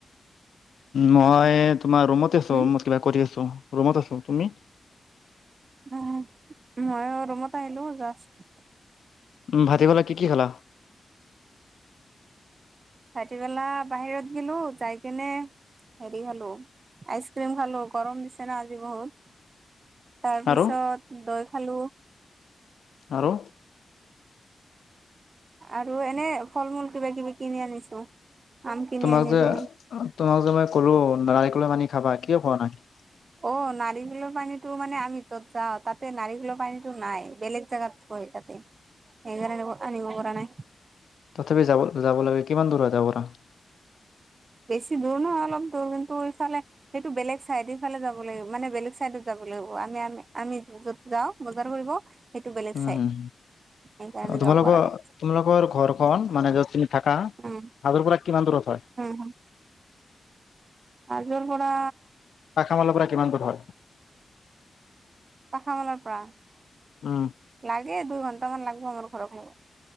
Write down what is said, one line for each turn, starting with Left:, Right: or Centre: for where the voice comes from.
Left: মই তোমাৰ ৰুমতে আছো
Right: হম
Left: মই কিবা কৰি আছো ৰুমত আছো তুমি
Right: আহ মইও ৰোমতে আহিলো যাস্ত
Left: উম ভাতিবেলা কি কি খালা
Right: ৰাতি বেলা বাহিৰত গেলো যাই কিনে হেৰি খালো আইচক্ৰিম খালো গৰম দিছে ন আজি বহুত তাৰপিছত
Left: আৰু
Right: দৈ খালো
Left: আৰু
Right: আৰু এনে ফল মূল কিবা কিবি কিনি আনিছো আম কিনি
Left: তোমাক
Right: আনিলো
Left: যে তোমাক যে মই কলো নাৰিকলৰ পানি খাবা কিয় খোৱা নাই
Right: অ নাৰিকলৰ পানীটো মানে আমি য'ত যাওঁ তাতে নাৰীকলৰ পানীটো নাই বেলেগ জাগাত তাতে, সেইকাৰণে আনিব পৰা নাই
Left: তথাপি যাব যাব লাগে কিমান দূৰ হয় তাৰ পৰা <inaudible>
Right: বেছি দূৰ নহয় অলপ দূৰ কিন্তু এইফালে সেইটো বেলেগ চাইড ইফালে যাব লাগিব মানে বেলেগ চাইডত যাব লাগ আমি আমি আমি য'ত যাওঁ বজাৰ কৰিব সেইটো বেলেগ
Left: উম
Right: চাইড সেইকাৰণে
Left: হো তোমালোক
Right: যাব পৰা নাই
Left: তোমালোকৰ ঘৰখন মানে য'ত তুমি থাকা
Right: উম
Left: হাজোৰ পৰা কিমান দূৰত হয়
Right: উম হাজোৰ পৰা
Left: মালৰ <unintelligible> পৰা কিমান দূ হয় <unintelligible>
Right: পাখা মেলাৰ পৰা
Left: উম
Right: লাগে দুই ঘন্টামান লাগিব আমাৰ ঘৰৰ পৰা